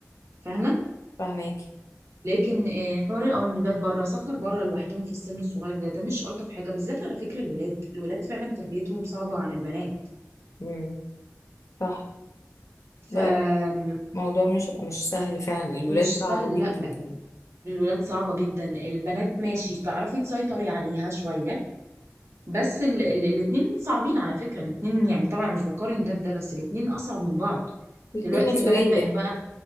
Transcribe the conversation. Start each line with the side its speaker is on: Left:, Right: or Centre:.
Right: فاهمه
Left: فاهماكي
Right: لكن آه، حوار الأنبات بره سفر بره لوحدهم في السن الصغير ده ده مش ألطف حاجة بالذات على فكرة الولاد الولاد فعلا تربيتهم صعبة عن البنات
Left: امم صح لا
Right: فمش
Left: موضوع مش مش سهل فعلا الولاد
Right: سهل
Left: صعبة جدا
Right: لا لا
Left: كمان
Right: الولاد صعبة جدا البنات ماشي تعرفي تسيطري عليها شوية بس ال ال الاتنين صعبين على فكرة الاتنين يعني طبعا مش بقارن ده بده بس الاتنين أصعب من بعض
Left: الاتنين
Right: دلوقتي
Left: مسؤولية
Right: البنات بقت بقى